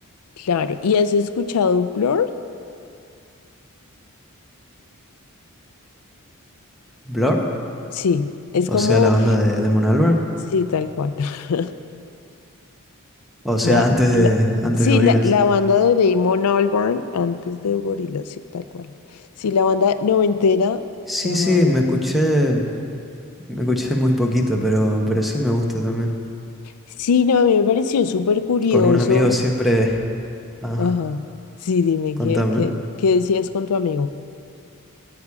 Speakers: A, on the left (about 80°); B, in the centre.
A: Claro. ¿Y has escuchado Blur?
B: Blur,
A: Sí, es
B: o
A: como,
B: sea, la banda de Damon Albarn,
A: sí, tal cual. <laughs>
B: o sea,
A: La,
B: antes
A: la,
B: de, antes
A: sí,
B: de Gorillaz.
A: la, la banda de Damon Albarn antes de Gorillaz, sí, tal cual. Sí, la banda noventera
B: Sí,
A: llamada.
B: sí, me escuché, me escuché muy poquito, pero, pero sí me gusta también.
A: Sí, no, a mí me pareció súper curioso.
B: Con un amigo siempre. Ah,
A: Ajá. Sí, dime,
B: contame.
A: ¿qué, qué, qué decías con tu amigo?